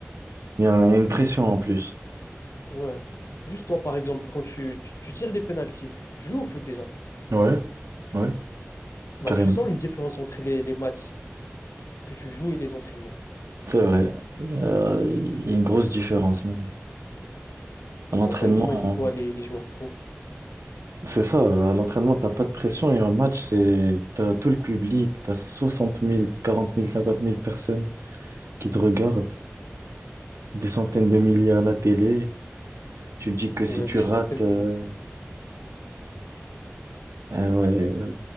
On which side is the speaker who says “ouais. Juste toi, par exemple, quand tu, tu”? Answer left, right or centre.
Left